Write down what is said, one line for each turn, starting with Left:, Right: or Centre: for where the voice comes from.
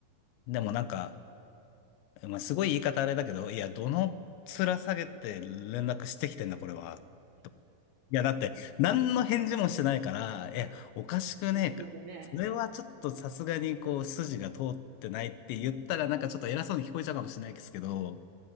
Left: でもなんか、まあ、すごい言い方あれだけど、いや、どの面下げて連絡してきてんだ、これは。いや、だって、何の返事もしてないから、いや、おかしくねえか。
Right: ん。えそうですよね。
Left: それはちょっとさすがにこう、筋が通ってないって言ったら、なんかちょっと偉そうに聞こえちゃうかもしれないですけど、